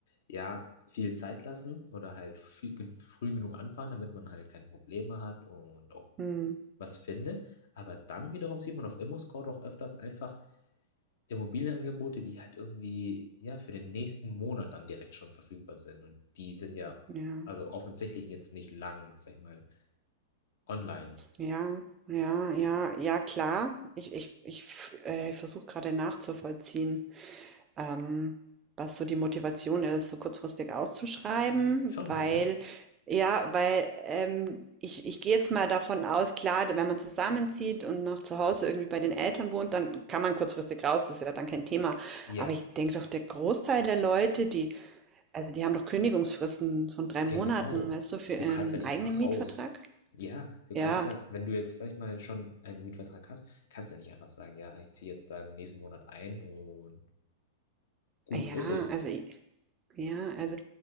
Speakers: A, on the left (about 70°); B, on the right (about 25°).
A: ja, viel Zeit lassen oder halt viel, gen- früh genug anfangen, damit man halt keine Probleme hat und auch
B: Mhm.
A: was findet. Aber dann wiederum sieht man auf ImmoScout auch öfters einfach Immobilienangebote, die halt irgendwie, ja, für den nächsten Monat dann direkt schon verfügbar sind. Und die sind ja,
B: Ja,
A: also offensichtlich jetzt nicht lang, sag ich mal, online.
B: ja, ja, ja, ja, klar. Ich, ich, ich äh, versuche gerade nachzuvollziehen, ähm, was so die Motivation ist, so kurzfristig auszuschreiben,
A: Schon,
B: weil,
A: gell?
B: ja, weil ähm, ich, ich gehe jetzt mal davon aus, klar, wenn man zusammenzieht und noch zu Hause irgendwie bei den Eltern wohnt, dann kann man kurzfristig raus, das ist ja dann kein Thema.
A: Ja.
B: Aber ich denke doch, der Großteil der Leute, die, also die haben doch Kündigungsfristen von drei Monaten,
A: Genau.
B: weißt du, für
A: Du
B: ihren
A: kannst ja nicht
B: eigenen
A: einfach
B: Mietvertrag.
A: raus. Ja, du
B: Ja,
A: kannst ja, wenn du jetzt, sag ich mal, schon einen Mietvertrag hast, kannst du ja nicht einfach sagen, ja, ich ziehe jetzt da den nächsten Monat ein und gut
B: Ja,
A: ist es.
B: also i ja, also,